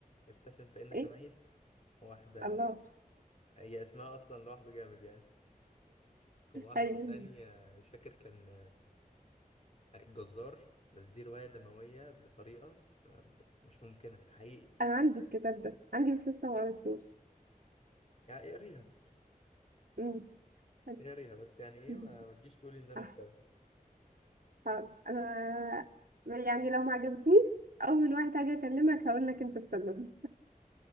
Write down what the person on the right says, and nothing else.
ايه
الله
ايوه
انا عندي الكتاب ده عندي بس لسه ما قريتوش
مم، حلو.
<laughs>
آه،
حاضر انا يعني لو ما عجبتنيش اول واحد هاجي اكلمك هقول لك انت السبب